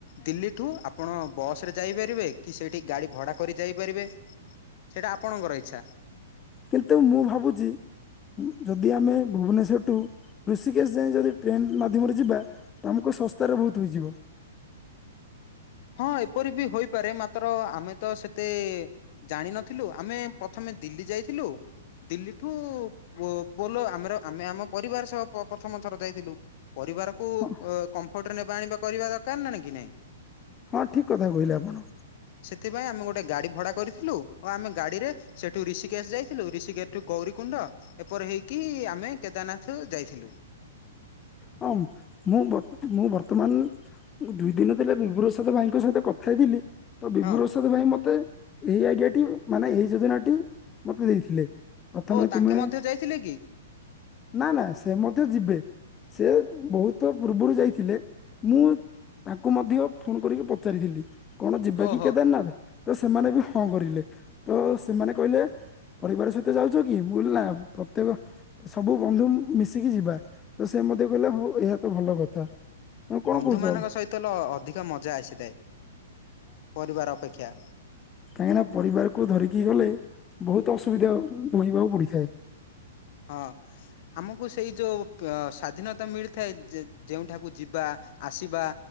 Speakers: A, on the left; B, on the left.
A: ଦିଲ୍ଲୀଠୁ ଆପଣ ବସ ରେ ଯାଇପାରିବେ କି ସେଇଠି ଗାଡି ଭଡା କରି ଯାଇପାରିବେ। ସେଇଟା ଆପଣଙ୍କର ଇଚ୍ଛା।
B: କିନ୍ତୁ ମୁଁ ଭାବୁଚି ଯଦି ଆମେ ଭୁବନେଶ୍ଵରଠୁ ଋଷିକେଶ ଯାଇ ଯଦି ଟ୍ରେନ୍ ମାଧ୍ୟମରେ ଯିବା, ତ ଆମକୁ ଶସ୍ତାରେ ବହୁତ ହୋଇଯିବ।
A: ହଁ ଏପରି ବି ହୋଇପାରେ ମାତ୍ର ଆମେ ତ ସେତେ ଜାଣିିନଥିଲୁ, ଆମେ ପ୍ରଥମେ ଦିଲ୍ଲୀ ଯାଇଥିଲୁ। ଦିଲ୍ଲୀଠୁ ବୋ-ବୋଲ ଆମର ଆମେ ଆମ ପରିବାର ସହ ପ୍ରଥମ ଥର ଯାଇଥିଲୁ। ପରିବାରକୁ ଏ
B: ହଁ
A: କମ୍ଫର୍ଟରେ ନେବା ଆଣିବା କରିବା ଦରକାର ନା ନାଇଁ କି ନାଇଁ?
B: ହଁ ଠିକ୍ କଥା କହିଲେ ଆପଣ।
A: ସେଥିପାଇଁ ଆମେ ଗୋଟେ ଗାଡି ଭଡା କରିଥିଲୁ ଓ ଆମେ ଗାଡିରେ ସେଠୁ ରିଷିକେଶ ଯାଇଥିଲୁ ରିଷିକେଶ ଏଠୁ ଗୌରୀକୁଣ୍ଡ ଏପର ହେଇକି ଆମେ କେଦାରନାଥ ଯାଇଥିଲୁ।
B: ହଁ ମୁଁ ବର୍ତ୍ତ ମୁଁ ବର୍ତ୍ତମାନ ମୁଁ ଦୁଇ ଦିନ ଥିଲା ବିଭୁ ପ୍ରସାଦ ଭାଇଙ୍କ ସହିତ କଥା ହେଇଥିଲି ତ ବିଭୁ
A: ହଁ
B: ପ୍ରସାଦ ଭାଇ ମତେ ଏଇ ଆଇଡିଆ ଟି ମାନେ ଏଇ ଯୋଜନାଟି ମତେ ଦେଇଥିଲେ। ପ୍ରଥମେ
A: ଓ ତାଙ୍କେ
B: ତୁମେ
A: ମଧ୍ୟ ଯାଇଥିଲେ କି?
B: ନା ନା ସେ ମଧ୍ୟ ଯିବେ। ସେ ବହୁତ ପୁର୍ବୁରୁ ଯାଇଥିଲେ, ମୁଁ ତାଙ୍କୁ ମଧ୍ୟ ଫୋନ କରିକି ପଚାରିଥିଲି କଣ ଯିବା
A: ଓହୋ
B: କି କେଦାରନାଥ? ତ ସେମାନେ ବି ହଁ କରିଲେ ତ ସେମାନେ କହିଲେ ପରିବାର ସହିତ ଯାଉଛ କି? ବୁଲ୍ ନା ପ୍ରତ୍ୟେକ ସବୁ ବନ୍ଧୁ ମିଶିକି ଯିବା। ତ ସେ ମଧ୍ୟେ କହିଲେ ହଉ ଏହା ତ ଭଲ କଥା। ତମେ କଣ
A: ବନ୍ଧୁ
B: କହୁଛ
A: ମାନଙ୍କ ସହିତ ଲ ଅଧିକ ମଜା ଆସିଥାଏ, ପରିବାର ଅପେକ୍ଷା।
B: କାହିଁକିନା ପରିବାରକୁ ଧରିକି ଗଲେ ବହୁତ ଅସୁବିଧା ବୋହିବାକୁ ପଡ଼ିଥାଏ।
A: ହଁ ଆମକୁ ସେଇ ଯୋଉ ଅ ସ୍ଵାଧୀନତା ମିଳିଥାଏ ଯେ-ଯେଉଁଠାକୁ ଯିବା ଆସିବା,